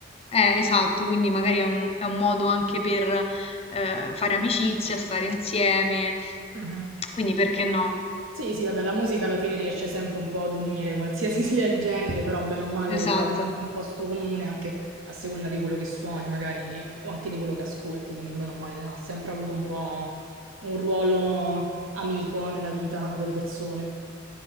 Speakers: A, on the left; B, on the right.
A: eh, esatto, quindi magari è un, è un modo anche per eh, fare amicizia, stare insieme,
B: Mhm.
A: quindi perché no?
B: Sì, sì, vabbè, la musica alla fine riesce sempre un po' ad unire qualsiasi <laughs> sia il genere, però bene o male
A: Esatto,
B: trovi Mhm. sempre un posto comune anche a seconda di quello che suoni, magari, o anche di quello che ascolti, quindi bene o male ha sempre avuto un po' un ruolo amico nella vita delle persone.